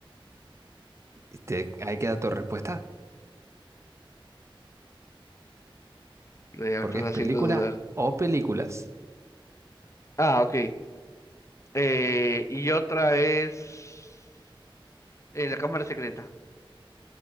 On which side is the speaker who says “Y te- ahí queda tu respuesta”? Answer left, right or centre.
Right